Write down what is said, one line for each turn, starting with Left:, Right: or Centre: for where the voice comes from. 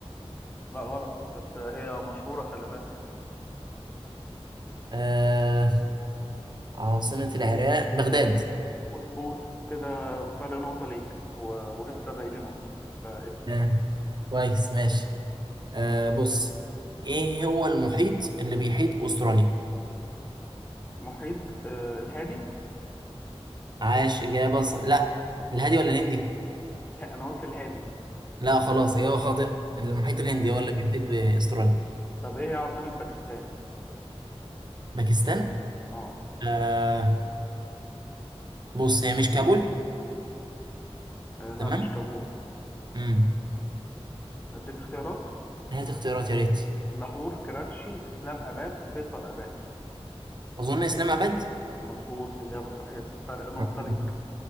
Left: لا غلط بس هي مشهورة خلي بالك
Right: آه عاصمة العراق بغداد
Left: مظبوط كده فرق نقطة ليك و... ولسه باقي لي نقطة فاسم
Right: آه. كويس ماشي آه بص إيه هو المحيط اللي بيحيط بأستراليا
Left: محيط آه الهادي
Right: عاش إجابة ص... لا الهادي ولا الهندي
Left: لا أنا قلت الهادي
Right: لا خلاص إجابة خاطئة المحيط الهندي
Left: ماشي
Right: هو اللي بيحيط بأستراليا
Left: طب إيه هي عاصمة باكستان؟
Right: باكستان
Left: آه.
Right: آه بص هي مش كابول
Left: آه لا
Right: تمام
Left: مش كابول
Right: امم
Left: أديك اختيارات
Right: هات اختيارات يا ريت
Left: لاهور كراتشي إسلام أباد فيصل أباد
Right: أظن إسلام أبد
Left: مظبوط إجابة صحيحة فرق نقطة
Right: الحمد لله
Left: ليك